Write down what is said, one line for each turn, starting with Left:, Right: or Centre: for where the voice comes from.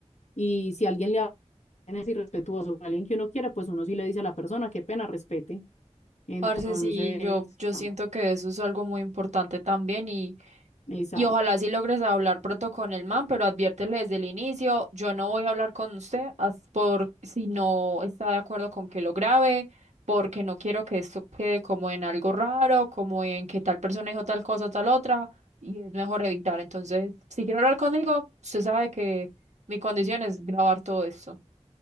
Left: Y si alguien le es irrespetuoso con alguien que uno quiere pues uno sí le dice a la persona, qué pena, respete. Entonces,
Right: Parce, sí, yo, yo
Left: ah,
Right: siento que eso es algo muy importante también y,
Left: exacto.
Right: y ojalá sí logres hablar pronto con el man, pero adviértele desde el inicio, yo no voy a hablar con usted as- por si no está de acuerdo con que lo grabe, porque no quiero que esto quede como en algo raro, como en que tal persona dijo tal cosa, tal otra, y es mejor evitar. Entonces, si quiere hablar conmigo, usted sabe que mi condición es grabar todo esto.